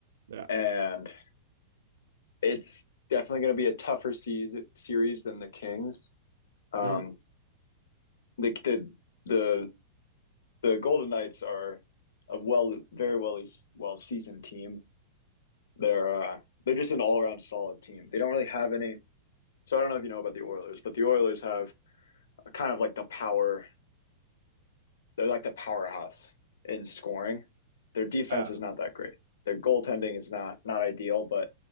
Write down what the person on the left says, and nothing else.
and it's definitely going to be a tougher season, series than the Kings. Um,
the, the the the Golden Knights are a well, very well well seasoned team. They're uh, they're just an all around solid team. They don't really have any So I don't know if you know about the Oilers, but the Oilers have a kind of like the power. They're like the powerhouse in scoring. Their defense
is not that great. Their goaltending is not not ideal, but